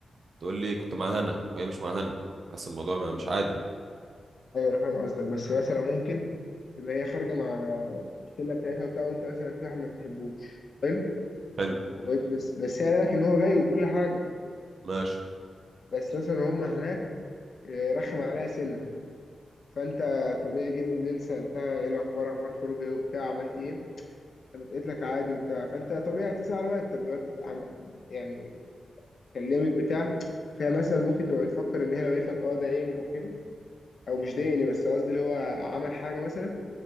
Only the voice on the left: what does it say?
ايوه انا فاهم قصدك بس مثلا ممكن تبقى هي خارجه مع الشله بتاعتها وبتاع وانت مثلا في واحد ما بتحبوش حلو
وقلت بس بس هي قال لك ان هو جاي وكل حاجه
بس مثلا هم هناك آه، رخم عليها سنه فانت طبيعي جيت بالليل سالتها ايه الاخبار اخبار خروجه ايه وبتاع عملت ايه قامت قالت لك عادي وبتاع فانت طبيعي هتسال الواد طب الواد عم... يعني كلمك بتاع فهي مثلا ممكن تبقى تفكر ان هي لو قالت لك اه ضايقني او كده او مش ضايقني بس قصدي اللي هو عمل حاجه مثلا